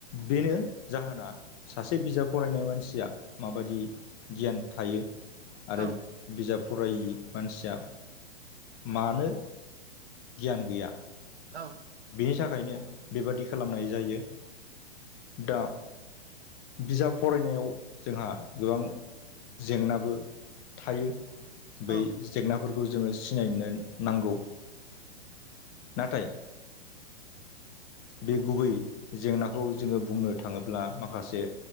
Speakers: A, on the left (about 25°); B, on the right (about 85°).
A: बेनो जाहोना सासे बिजाब फरायनाय मानसिया माबायदि गियान थायो आरो
B: औ
A: बिजाब फरायि मानसिया मानो गियान गैया
B: औ
A: बिनि थाखायनो बेबादि खालामनाय जायो दा बिजाब फरायनायाव जोंहा गोबां जेंनाबो थायो
B: औ
A: बै जेंनाफोरखौ जोङो सिनायनो नांगौ नाथाय बे गुबै जेंनाखौ जोङो बुंनो थाङोब्ला माखासे